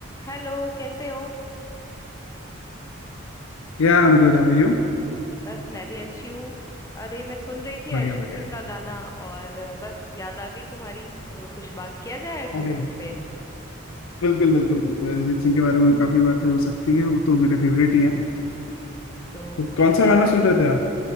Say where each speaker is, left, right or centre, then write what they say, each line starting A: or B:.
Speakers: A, on the left (about 15°); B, on the left (about 80°).
A: Hello कैसे हो
B: या I am good how you
A: बस मैं भी अच्छी हूँ अरे मैं सुन रही थी
B: बढ़िया
A: अरिजीत
B: बढ़िया
A: सिंह का गाना और अ, बस याद आ गई तुम्हारी तो कुछ बात किया जाए अरिजीत
B: अरे
A: सिंह पे
B: बिल्कुल बिल्कुल बिल्कुल अरिजीत सिंह के बारे में काफी बातें हो सकती हैं वो तो मेरे फेवरेट ही हैं
A: तो
B: तो
A: क्या
B: कौन सा
A: क्या
B: गाना
A: गाना
B: सुन रहे थे आप